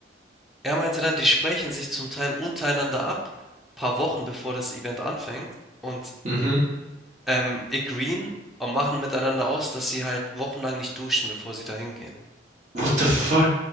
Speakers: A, in the centre; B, on the right.
A: er meinte dann, die sprechen sich zum Teil untereinander ab, paar Wochen bevor das Event anfängt und
B: mhm.
A: ähm, agreeen und machen miteinander aus, dass sie halt wochenlang nicht duschen, bevor sie da hingehen.
B: What the fuck?